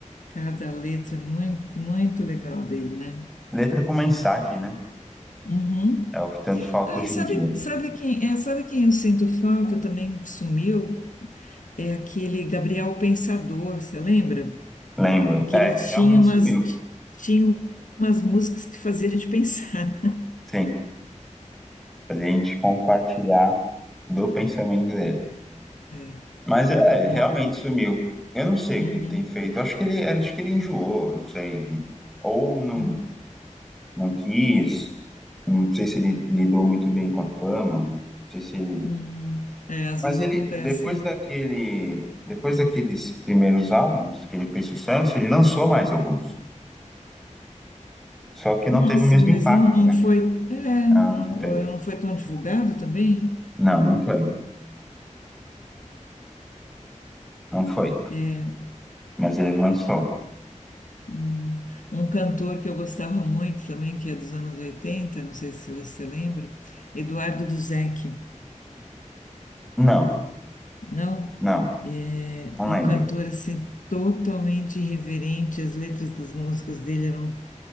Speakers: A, on the left; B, in the centre.
A: Cada letra muito, muito legal dele, né?
B: Letra com mensagem, né?
A: Uhum.
B: É o que tanto falta
A: Ah,
B: hoje
A: e sabe,
B: em dia.
A: sabe quem, é, sabe quem eu sinto falta também que sumiu? É aquele Gabriel Pensador, você lembra?
B: Lembro.
A: Que
B: É,
A: ele
B: ele
A: tinha
B: realmente
A: umas,
B: sumiu.
A: ti- tinha umas músicas que fazia a gente pensar. <laughs>
B: Sim. Fazer a gente compartilhar do pensamento dele.
A: É.
B: Mas é,
A: Um
B: ele realmente
A: ó-
B: sumiu. Eu não sei
A: uhum,
B: o que ele tem feito. Acho que ele, acho que ele enjoou, não sei. Ou não,
A: uhum,
B: não quis, Não sei se ele lidou muito bem com a fama, não sei se ele.
A: uhum. É, às
B: Mas
A: vezes
B: ele,
A: acontece,
B: depois
A: né?
B: daquele, depois daqueles primeiros álbuns que ele fez sucesso, ele lançou mais alguns. Só que
A: Nossa,
B: não teve o mesmo
A: mas
B: impacto,
A: não, não
B: né?
A: foi, é, não,
B: Não, não teve.
A: não foi tão divulgado também?
B: Não, não foi. Não foi.
A: É.
B: Mas ele lançou.
A: Hum. Um cantor que eu gostava muito também, que é dos anos 80 não sei se você lembra, Eduardo Duzec,
B: Não,
A: não?
B: não,
A: É
B: não
A: um
B: lembro.
A: cantor assim totalmente irreverente, as letras das músicas dele eram,